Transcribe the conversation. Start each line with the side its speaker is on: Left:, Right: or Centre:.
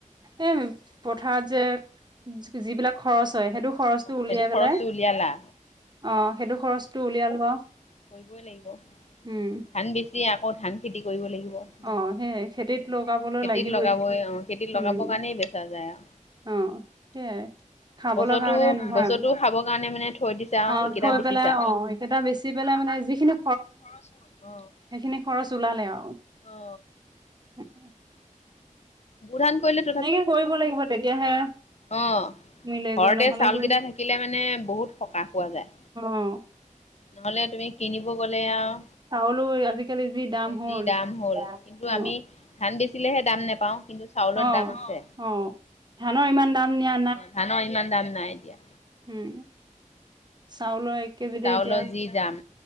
Right: এ এই পথাৰত যে যিবিলাক খৰচ হয় সেইটো খৰচটো উলিয়াই
Left: সেইটো খৰচটো
Right: পেলাই
Left: উলিয়ালা
Right: অ সেইটো খৰচটো উলিয়াই লোৱা।
Left: কৰিবই লাগিব।
Right: উম।
Left: ধান বেছি আকৌ ধান খেতি কৰিব লাগিব বা
Right: অ', সেই
Left: আকৌ
Right: খেতিত লগাবলৈ
Left: খেতিত
Right: লাগিবই
Left: লগাবই অ। খেতিত
Right: উম,
Left: লগাব কাৰণে বেচা যায় আ।
Right: অ সেইয়াই। খাবলৈ
Left: বছৰতো
Right: কাৰণে নহয়
Left: বছৰতো খাবৰ কাৰণে মানে থৈ দিছা আৰু
Right: অ
Left: এইকেইটা
Right: থৈ
Left: বেচিছা
Right: পেলাই অ এইকেইটা বেচি পেলাই মানে যিখিনি
Left: সেইখিনি খৰচ হয় অ।
Right: সেইখিনি খৰছ ওলালে অ।
Left: অ
Right: উম উ।
Left: বড়োধান কৰিলেটো
Right: এনেকে কৰিব লাগিব তেতিয়াহে।
Left: অ
Right: মিলেগৈ
Left: ঘৰতে
Right: নহ'লে
Left: চাউলকেইটা
Right: অ
Left: থাকিলে মানে বহুত সকাহ পোৱা যায়
Right: অ।
Left: নহ'লে তুমি কিনিব গ'লে আৰু
Right: চাউলো আজিকালি যি দাম হ'ল
Left: যি দাম হ'ল কিন্তু
Right: অ।
Left: আমি ধান বেচিলেহে দাম নোপাওঁ কিন্তু চা চাউলত
Right: অ',
Left: দাম আছে,
Right: অ', ধানৰ ইমান দাম দিয়া
Left: ধানৰ ইমান দাম নাই এতিয়া।
Right: হুম চাউলৰ এক কেজিতে
Left: চাউলৰ
Right: এতিয়া
Left: যি দাম